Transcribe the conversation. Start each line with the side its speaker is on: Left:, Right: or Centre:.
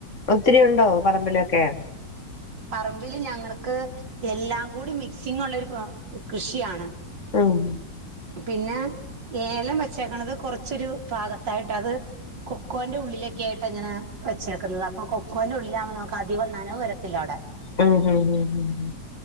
Left: ഒത്തിരി ഉണ്ടോ പറമ്പിലൊക്കെ
Right: പറമ്പില് ഞങ്ങൾക്ക് എല്ലാം കൂടി മിക്സിംങ് ഉള്ളൊരു ആഹ് കൃഷി ആണ്
Left: ഉം
Right: പിന്നെ ഏലം വെച്ചേക്കണത് കൊറച്ചൊരു ഭാഗത്തായിട്ടാ അത് കൊക്കോന്റെ ഉള്ളിലൊക്കെ ആയിട്ട് അങ്ങനെ വെച്ചേക്കുന്നത് അപ്പോ കൊക്കോന്റെ ഉള്ളിലാവുമ്പോ നമ്മുക്ക് അധികം നനവ് വരുത്തില്ല അവിടെ
Left: ഉം ഉം ഉം ഉം